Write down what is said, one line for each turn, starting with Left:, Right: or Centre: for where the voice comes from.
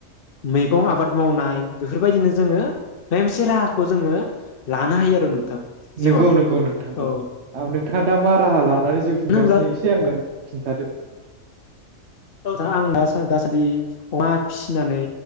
Left: मैगं आबाद मावनाय बेफोरबायदिनो जोङो बे मोनसे राहाखौ जोङो लानो हायो आरो नोंथां जिउआव
Right: नंगौ नंगौ नोंथां
Left: औ
Right: औ नोंथाङा दा मा राहा लानानै जिउ खुंगासिनो
Left: होनोब्ला
Right: एसे आंनो खिन्थादो
Left: <unintelligible> दासादि अमा फिसिनानै